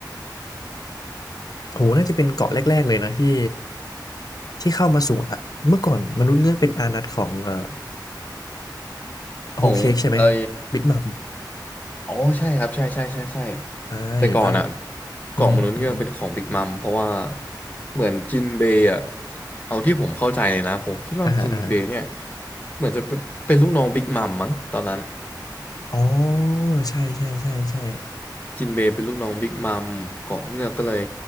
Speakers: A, on the left; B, on the left.
A: โหน่าจะเป็นเกาะแรกๆเลยนะที่ที่เข้ามาสู่อะเมื่อก่อนมนุษย์เงือกเป็นอานัตของเอ่อ โฮลเค้กใช่ไหม
B: ของเออ
A: บิ๊กมัม
B: อ๋อใช่ครับใช่ใช่ใช่ใช่
A: อ่าอยู่ใต้
B: แต่ก่อนอ่ะเกาะมนุษย์เงือกเป็นของบิ๊กมัมเพราะว่า
A: อือฮึอือฮึ
B: เหมือนจินเบย์อ่ะเอาที่ผมเข้าใจเลยนะผมคิดว่าจินเบย์เนี่ย
A: อ่าฮะอ่าฮะ
B: เหมือนจะเป็นเป็นลูกน้องบิ๊กมัมมั้งตอนนั้น
A: อ๋อใช่ใช่ใช่ใช่
B: จินเบย์เป็นลูกน้องบิ๊กมัมเกาะเงือกก็เลย